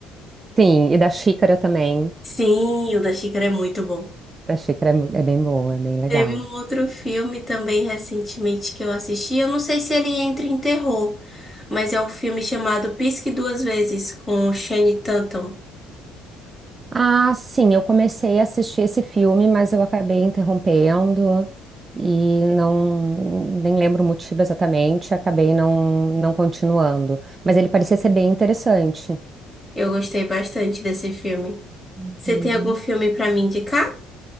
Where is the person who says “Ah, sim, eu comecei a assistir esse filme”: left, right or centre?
Right